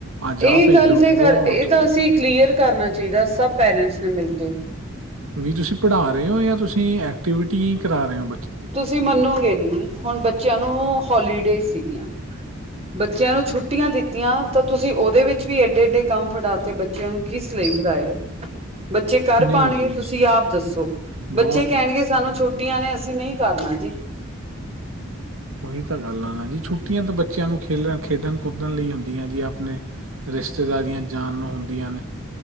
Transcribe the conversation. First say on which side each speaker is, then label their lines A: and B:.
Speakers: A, on the right; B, on the right.
A: ਅੱਜ ਆਹ
B: ਇਹ
A: ਭੇਜੋ
B: ਗੱਲ ਦੇ
A: ਬਹੁਤ
B: ਇਹ ਤਾਂ ਅਸੀਂ ਕਲੀਅਰ ਕਰਨਾ ਚਾਹੀਦਾ ਸਭ ਪੇਰੈਂਟਸ ਨੂੰ ਮਿਲਕੇ।
A: ਵੀ ਤੁਸੀਂ ਪੜ੍ਹਾ ਰਹੇ ਓ ਜਾਂ ਤੁਸੀਂ ਐਕਟੀਵਿਟੀ ਕਰਾ ਰਹੇ ਓ?
B: ਤੁਸੀਂ ਮੰਨੋਗੇ ਨੀ, ਹੁਣ ਬੱਚਿਆਂ ਨੂੰ ਹੋਲੀਡੇ ਸੀਗੀਆਂ। ਬੱਚਿਆਂ ਨੂੰ ਛੁੱਟੀਆਂ ਦਿੱਤੀਆਂ ਤਾਂ ਤੁਸੀਂ ਉਹਦੇ ਵਿੱਚ ਵੀ ਏਡੇ-ਏਡੇ ਕੰਮ ਫੜਾਤੇ ਬ ਚਿਆ ਨੂੰ ਕਿਸ ਲਈ ਫੜਾਏ ਆ।
A: <inaudible>
B: ਬੱਚੇ ਕਰ
A: ਨਹੀਂ
B: ਪਾਣਗੇ
A: ਜੀ
B: ਤੁਸੀਂ ਆਪ ਦੱਸੋ? ਬੱਚੇ
A: ਬਹੁਤ
B: ਕਹਿਣਗੇ ਸਾਨੂੰ ਛੋਟੀਆਂ ਨੇ ਅਸੀਂ ਨਹੀਂ ਕਰਨਾ ਜੀ।
A: ਉਹੀ ਤਾਂ ਗੱਲ ਆ ਨਾ ਜੀ। ਛੁੱਟੀਆਂ ਤਾਂ ਬੱਚਿਆਂ ਨੂੰ ਖੇਡਣ ਖੇਡਣ ਕੁਦਣ ਲਈ ਹੁੰਦੀਆਂ ਜੀ ਆਪਣੇ। ਰਿਸ਼ਤੇਦਾਰੀਆਂ ਜਾਨ ਨੂੰ ਹੁੰਦੀਆਂ ਨੇ।